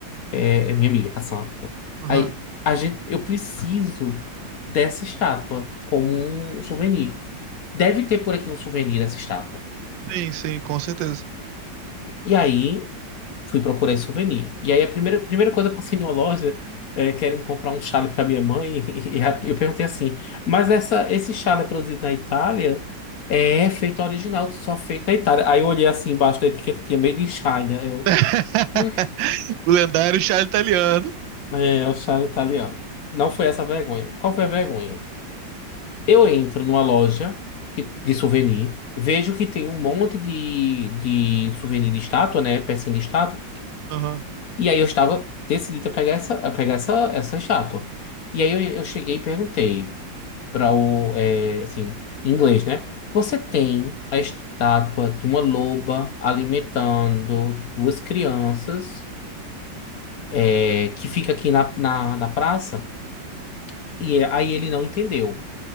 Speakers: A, on the left; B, on the right.
A: é- é minha amiga, Cassandra.
B: Aham.
A: Aí a gente, eu preciso dessa estátua como um souvenir. Deve ter por aqui um souvenir dessa estátua.
B: Sim, sim, com certeza.
A: E aí fui procurar esse souvenir. E aí a primeira, primeira coisa, eu passei em uma loja eh, querendo comprar um chale para minha mãe <laughs> e, a- eu perguntei assim, mas essa, esse chale é produzido na Itália é é feito original, só feito na Itália. Aí eu olhei assim embaixo da etiqueta, tinha Made in China. Eu,
B: <laughs>
A: hum,
B: O lendário chá italiano.
A: é, é o chale italiano. Não foi essa a vergonha. Qual foi a vergonha? Eu entro numa loja que- de souvenir, vejo que tem um monte de, de souvenir de estátua, né? Pecinha de estátua.
B: Aham.
A: E aí eu estava decidida a pegar essa, a pegar essa, essa estátua. E aí eu, eu cheguei e perguntei para o, é, assim, em inglês, né? Você tem a estátua de uma loba alimentando duas crianças, é, que fica aqui na, na, na praça? E é, aí ele não entendeu